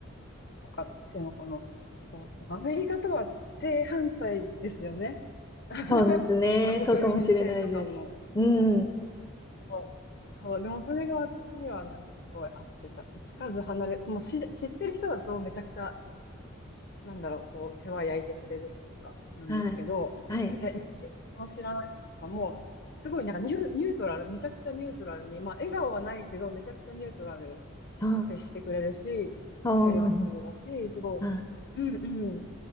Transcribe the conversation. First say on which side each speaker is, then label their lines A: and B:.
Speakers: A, on the left; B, on the left.
A: なんか、なんていうのかな。こう、アメリカとは正反対ですよね。<laughs>
B: そうですね。
A: まあ、国民性とかもおそらく
B: そうかもしれないです。うん。
A: そうそう、でもそれが私にはなんかすごい合ってた。つかず離れ、もう知、知ってる人だとめちゃくちゃ、なんだろう、こう、世話焼いてくれるっていうか、なんですけど、
B: はい。はい。
A: ね、知の知らない人とかも、すごいなんかニュ、ニュートラル、めちゃくちゃニュートラルに、まあ、笑顔はないけど、めちゃくちゃニュートラル
B: あ
A: に接してくれるし、
B: あ、ああなるほど。
A: ヘルプフルだし、すご
B: はい
A: い、うんうん、